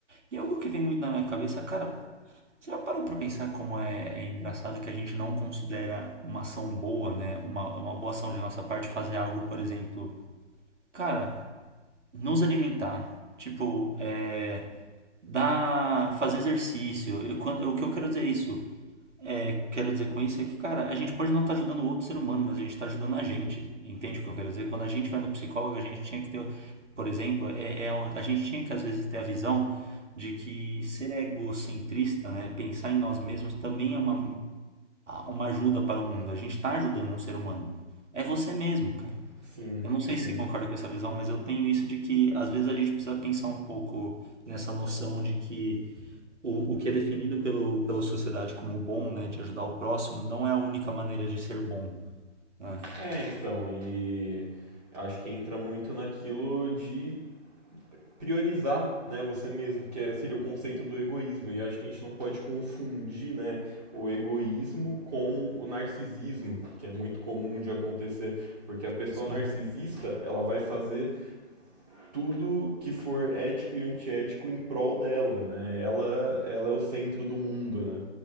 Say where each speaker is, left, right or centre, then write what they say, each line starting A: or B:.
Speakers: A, on the right (about 75°); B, on the right (about 35°).
A: E é algo que vem muito na minha cabeça, cara, você já parou para pensar como é, é engraçado que a gente não considera uma ação boa, né? Uma, uma boa ação de nossa parte fazer algo, por exemplo, cara, nos alimentar, tipo, é, dar, fazer exercício. Eu, quando, o que eu quero dizer é isso. É, quero dizer com isso é que, cara, a gente pode não estar ajudando o outro ser humano, mas a gente está ajudando a gente. Entende o que eu quero dizer? Quando a gente vai no psicólogo, a gente tinha que ter, por exemplo, é, é, a gente tinha que às vezes ter a visão de que ser egocentrista, né, pensar em nós mesmos também é uma, uma ajuda para o mundo. A gente está ajudando um ser humano. É você mesmo, cara.
B: Sim,
A: Eu não sei
B: sim.
A: se você concorda com essa visão, mas eu tenho isso de que às vezes a gente precisa pensar um pouco nessa noção de que o, o que é definido pelo, pela sociedade como bom, né, de ajudar o próximo, não é a única maneira de ser bom, né?
B: É, então, e acho que entra muito naquilo de priorizar, né, você mesmo, que é- seria o conceito do egoísmo. E acho que a gente não pode confundir, né, o egoísmo com o narcisismo, que é muito comum de acontecer, porque a pessoa
A: Sim,
B: narcisista, ela vai fazer tudo que for ético e antiético em prol dela, né? Ela, ela é o centro do mundo, né?